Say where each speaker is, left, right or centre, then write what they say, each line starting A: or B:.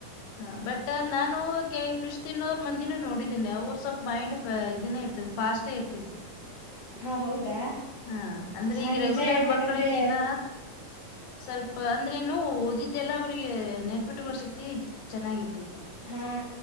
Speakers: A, on the left (about 85°); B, on the left (about 65°).
A: ಹ ಬಟ್ ನಾನು ಕೆಲವರು ಫಿಶ್ ತಿನ್ನೋರು ಮಂದಿನೂ ನೋಡಿದ್ದೇನೆ ಅವರು ಸ್ವಲ್ಪ ಮೈಂಡ್ ಇದನ್ನೇ ಇರ್ತದೆ. ಫಾಸ್ಟ್ ಇರ್ತೈತಿ.
B: ಹಾ ಹೌದಾ
A: ಹಾ ಅಂದ್ರೆ
B: ಹಾ
A: ಈಗ
B: ನಿಜ
A: ರೆಗ್ಯುಲರ್
B: ಹೇಳ್ಬೇಕಂದ್ರೆ
A: ಮಕ್ಳಕ್ಕಿನ್ನ ಸ್ವಲ್ಪ ಅಂದ್ರೆ ನು ಓದಿದ್ದೆಲ್ಲ ಅವ್ರಿಗೆ ನೆನಪಿಟ್ಟುುವ ಶಕ್ತಿ ಚೆನ್ನಾಗಿರ್ತೈತಿ.
B: ಹಾ